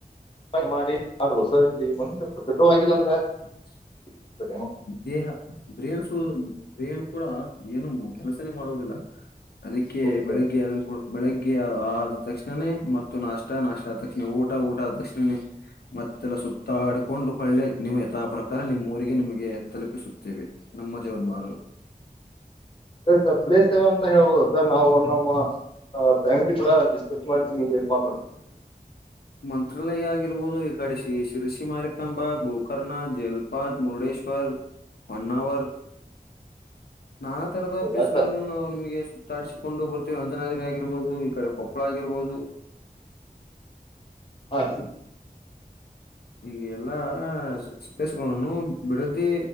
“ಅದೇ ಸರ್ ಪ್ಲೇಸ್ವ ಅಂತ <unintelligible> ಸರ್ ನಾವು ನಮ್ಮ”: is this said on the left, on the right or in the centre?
Left